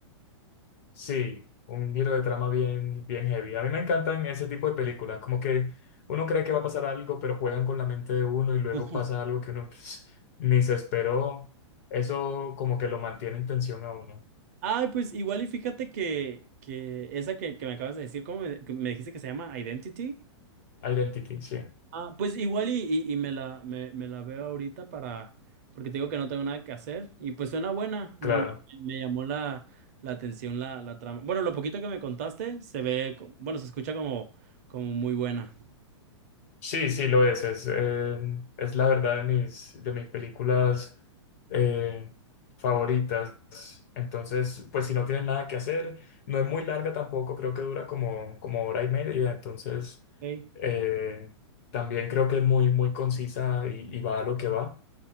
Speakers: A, on the left; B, on the right.
A: Sí, un giro de trama bien, bien heavy. A mí me encantan ese tipo de películas, como que uno cree que va a pasar algo, pero juegan con la mente de uno y luego
B: <laughs>
A: pasa algo que uno pues, ni se esperó. Eso como que lo mantiene en tensión a uno.
B: Ay, pues igual y fíjate que, que esa que, que me acabas de decir, ¿cómo me, que me dijiste que se llama Identity?
A: Identity, sí,
B: Ah, pues igual y, y, y me la, me, me la veo ahorita para, porque te digo que no tengo nada que hacer y pues suena buena, y
A: claro.
B: me, me llamó la, la atención la, la trama. Bueno, lo poquito que me contaste se ve, co- bueno, se escucha como, como muy buena.
A: Sí, sí, lo es. Es, eh, es la verdad de mis, de mis películas eh, favoritas. Entonces, pues si no tienen nada que hacer, no es muy larga tampoco, creo que dura como, como hora y media. Entonces,
B: Ok.
A: eh, también creo que es muy, muy concisa y, y va a lo que va.